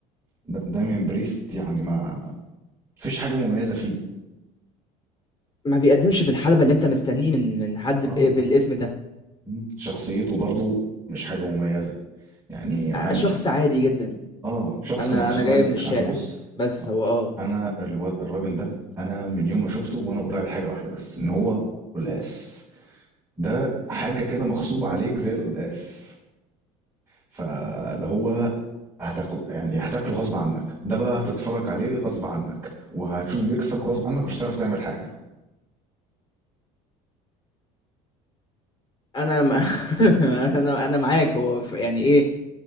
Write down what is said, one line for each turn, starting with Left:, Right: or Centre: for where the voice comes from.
Right: د- داميان بريست يعني ما فيش حاجه مميزه فيه
Left: ما بيقدمش في الحلبة اللي انت مستنيه من من حد
Right: اه
Left: بإ- بالاسم ده
Right: مم. شخصيته برضو مش حاجه مميزه يعني عادي
Left: آه، شخص عادي جدا
Right: اه شخص
Left: انا
Right: مغصوب
Left: انا جاي
Right: عليك
Left: من الشارع
Right: انا بص
Left: بس
Right: آه،
Left: هو اه
Right: انا الو... الراجل ده انا من يوم ما شفته وانا بقول عليه حاجه واحده بس ان هو قلقاس ده حاجه كده مغصوب عليك زي القلقاس فاللي هو هتاكل يعني هتاكله غصب عنك ده بقى هتتفرج عليه غصب عنك وهتشوف بيكسب غصب عنك مش هتعرف تعمل حاجة
Left: انا م... <laughs> انا انا معاك هو ف- يعني ايه